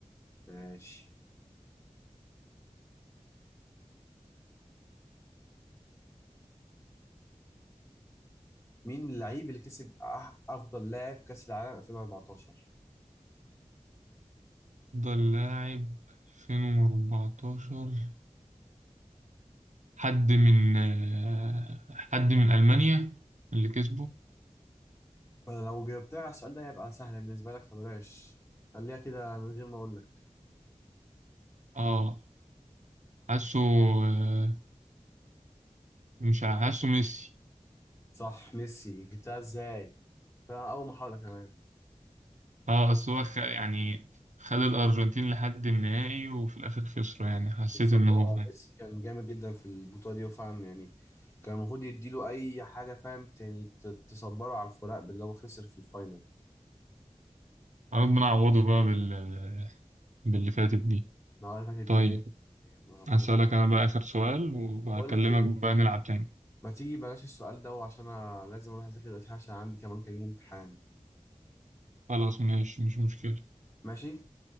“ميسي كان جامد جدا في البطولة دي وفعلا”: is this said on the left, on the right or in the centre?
Left